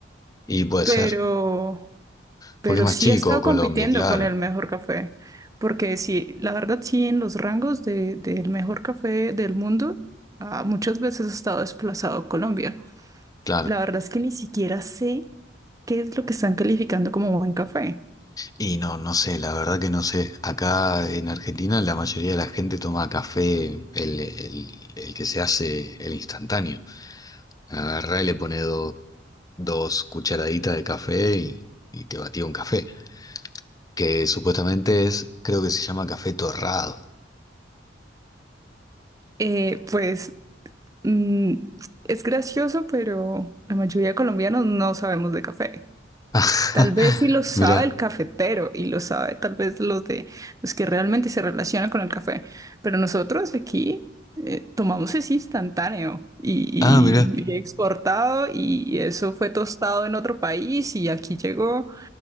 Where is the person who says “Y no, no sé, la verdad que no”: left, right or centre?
Left